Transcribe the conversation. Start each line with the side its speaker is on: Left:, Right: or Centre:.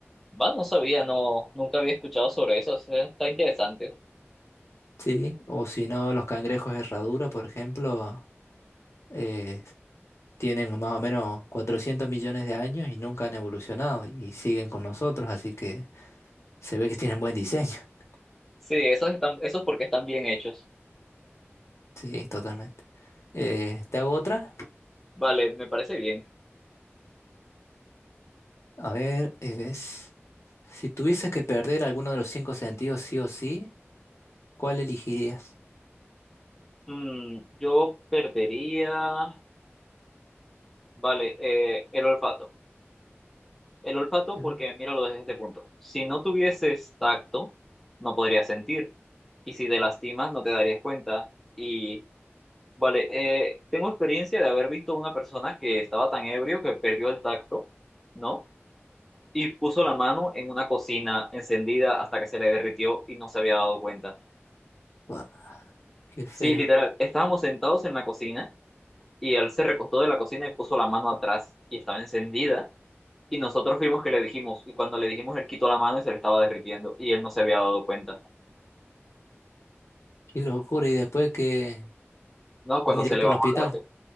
Centre: Va, no sabía, no, nunca había escuchado sobre eso. o sea, está interesante.
Left: Sí, o si no, los cangrejos herradura, por ejemplo, eh, tienen más o menos 400 millones de años y nunca han evolucionado y siguen con nosotros, así que se ve que tienen buen diseño. <laughs>
Centre: Sí, esos están, esos porque están bien hechos.
Left: Sí, totalmente. Eh, ¿te hago otra?
Centre: Vale, me parece bien.
Left: A ver, es... Si tuvieses que perder alguno de los cinco sentidos sí o sí, ¿cuál elegirías?
Centre: Mm, yo perdería, vale, eh, el olfato. El olfato
Left: Mm.
Centre: porque míralo desde este punto. Si no tuvieses tacto, no podrías sentir. Y si te lastimas, no te darías cuenta. Y, vale, eh, tengo experiencia de haber visto a una persona que estaba tan ebrio que perdió el tacto, ¿no? y puso la mano en una cocina encendida hasta que se le derritió y no se había dado cuenta.
Left: Buah, Qué feo,
Centre: Sí, literal, estábamos sentados en la cocina y él se recostó de la cocina y puso la mano atrás y estaba encendida y nosotros fuimos que le dijimos y cuando le dijimos él quitó la mano y se le estaba derritiendo y él no se había dado cuenta.
Left: qué locura, y después que
Centre: No, cuando
Left: directo
Centre: se le bajó
Left: al hospital.
Centre: la...